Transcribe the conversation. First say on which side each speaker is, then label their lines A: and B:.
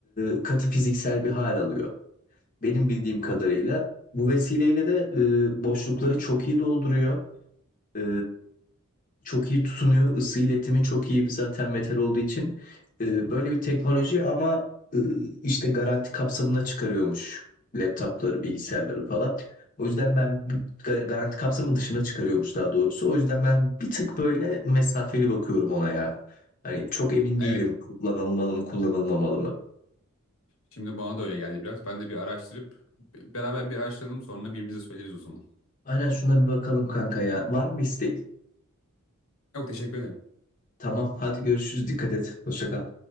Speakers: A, on the left (about 40°); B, on the left (about 65°).
A: e, katı fiziksel bir hal alıyor. Benim bildiğim kadarıyla
B: Anladım.
A: bu vesileyle de e, boşlukları çok iyi dolduruyor. E, çok iyi tutunuyor. Isı iletimi çok iyi bir zaten metal olduğu için. Ee, böyle bir teknoloji ama e, işte garanti kapsamına çıkarıyormuş laptopları, bilgisayarları falan. O yüzden ben bi- ga- garanti kapsamı dışına çıkarıyormuş daha doğrusu. O yüzden ben bir tık böyle mesafeli bakıyorum ona ya. Hani çok emin değilim
B: Evet.
A: kullanılmalı mı, kullanılmamalı mı?
B: Şimdi bana da öyle geldi biraz. Ben de bir araştırıp beraber bir araştıralım sonra birbirimize söyleriz o zaman.
A: Aynen şuna bir bakalım kanka ya. Var mı isteğin?
B: Yok teşekkür ederim.
A: Tamam hadi görüşürüz. Dikkat et. Hoşça kal.